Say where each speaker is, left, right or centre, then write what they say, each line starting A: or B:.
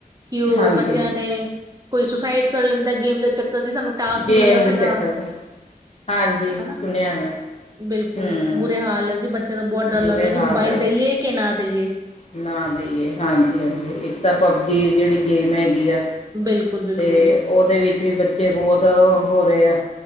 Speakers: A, on the right; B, on the left.
A: ਕਿ ਉਹ
B: ਹਾਂਜੀ
A: ਬੱਚਿਆਂ ਨੇ ਕੋਈ ਸੁਸਾਈਡ- ਕਰ ਲੈਂਦਾ ਗੇਮ ਦੇ ਚੱਕਰ ਚ ਸਾਨੂੰ ਟਾਸਕ
B: ਗੇਮ
A: ਮਿਲਿਆ
B: ਦੇ
A: ਸੀਗਾ
B: ਚੱਕਰ ਦੇ ਹਾਂਜੀ
A: ਹਨਾ
B: ਸੁਣਿਆ ਮੈਂ
A: ਬਿਲਕੁਲ
B: ਹੂੰ
A: ਬੁਰੇ ਹਾਲ ਹੈ ਜੀ ਬੱਚਿਆਂ ਦਾ ਬਹੁਤ ਡਰ
B: ਬੁਰੇ
A: ਲੱਗਦਾ ਕਿ
B: ਹਾਲ
A: ਮੋਬਾਈਲ
B: ਹੈ
A: ਦੇਈਏ ਕਿ ਨਾ ਦੇਈਏ
B: ਨਾ ਦੇਈਏ ਹਾਂਜੀ ਹਾਂਜੀ ਇੱਕ ਤਾਂ ਪਬਜੀ ਜਿਹੜੀ ਗੇਮ ਹੈਗੀ ਆ
A: ਬਿਲਕੁਲ ਬਿਲਕੁਲ
B: ਤੇ ਉਹਦੇ ਵਿੱਚ ਵੀ ਬੱਚੇ ਬਹੁਤ ਹੋ ਰਹੇ ਆ